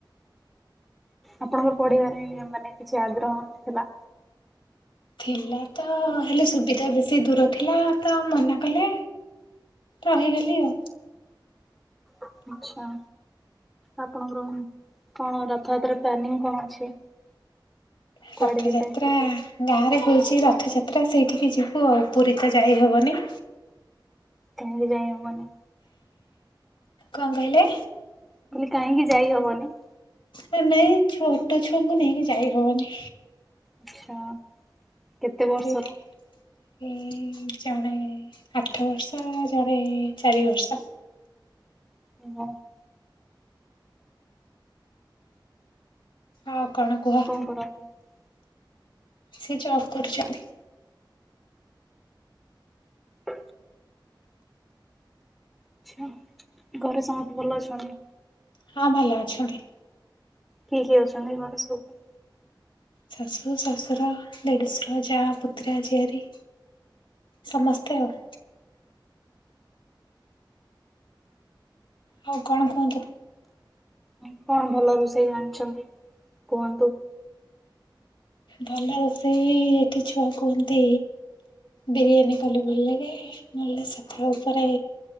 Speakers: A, in the centre; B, on the left.
A: ଆପଣଙ୍କର ପଢିବାରେ ମାନେ କିଛି ଆଗ୍ରହ ନଥିଲା।
B: ଥିଲା ତ ହେଲେ ସୁବିଧା ବେଶି ଦୂର ଥିଲା ତ ମନା କଲେ ରହିଗଲି ଆଉ।
A: ଆଚ୍ଛା। ଆପଣଙ୍କର କଣ ରଥଯାତ୍ରା ପ୍ଲାନିଂ କଣ ଅଛି?
B: ରଥଯାତ୍ରା
A: କୁଆଡେ ଯିବେ
B: ଗାଁ ରେ ହୋଉଚି ରଥଯାତ୍ରା ସେଇଠିକି ଯିବୁ ଆଉ ପୁରି ତ ଯାଇହବନି।
A: ତମକୁ ଜଣେଇ ହବନି।
B: କଣ କହିଲେ?
A: କାହିଁକି ଯାଇ ହବନି?
B: ସେ ନେଇ ଛୋଟ ଛୁଆଙ୍କୁ ନେଇକି ଯାଇହବନି।
A: ଆଛା କେତେ ବର୍ଷର?
B: ସେଇଥି ଏଇ ଜଣେ ଆଠ ବର୍ଷ ଜଣେ ଚାରି ବର୍ଷ।
A: <unintelligible>
B: ଆଉ କଣ କୁହ?
A: <unintelligible>
B: ସିଏ ଜବ କରିଚନ୍ତି।
A: ହ ଆଚ୍ଛା ଘରେ ସମସ୍ତେ ଭଲ ଅଛନ୍ତି।
B: ହଁ ଭଲ ଅଛନ୍ତି।
A: କିଏ କିଏ ଅଛନ୍ତି ଘରେ ସବୁ।
B: ଶାଶୁ ଶଶୁର ଦେଢୁସର ଯା ପୁତୁରା ଝିଆରି ସମସ୍ତେ ଆଉ। ଆଉ କଣ କୁହନ୍ତୁ?
A: ଆଉ କଣ ଭଲ ରୋଷେଇ ଜାଣିଛନ୍ତି କୁହନ୍ତୁ?
B: ଭଲ ରୋଷେଇ ଏଠି ଛୁଆ କୁହନ୍ତି। ବିରିୟାନୀ କଲେ ଭଲ ଲାଗେ ନ ସାଧା ଉପରେ